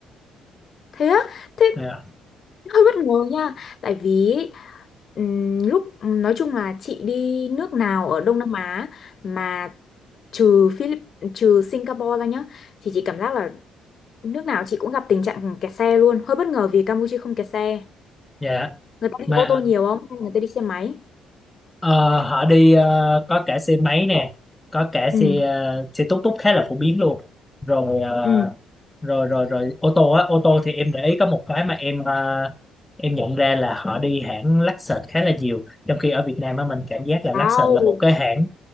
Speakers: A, on the left; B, on the left.
A: thế á thế
B: Dạ.
A: hơi bất ngờ nha tại vì ừm, lúc nói chung là chị đi nước nào ở Đông Nam Á mà trừ Philip trừ Singapore ra nhá thì chị cảm giác là nước nào chị cũng gặp tình trạng kẹt xe luôn hơi bất ngờ vì Campuchia không kẹt xe
B: Dạ.
A: người ta đi
B: mà
A: ô tô nhiều không người ta đi xe máy
B: ờ, họ đi ờ, có cả xe máy nè có cả
A: ừ
B: xe ờ, xe tút tút khá là phổ biến luôn rồi ờ,
A: ừ
B: rồi rồi rồi ô tô á ô tô thì em để ý có một cái mà em ờ, em nhận ra là họ đi hãng Lexus khá là nhiều trong khi ở Việt Nam á mình cảm giác là Lexus
A: wow
B: là một cái hãng